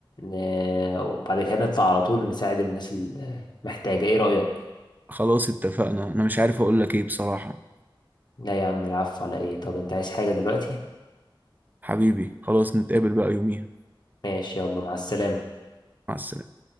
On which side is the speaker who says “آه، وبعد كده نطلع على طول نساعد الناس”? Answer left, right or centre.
Left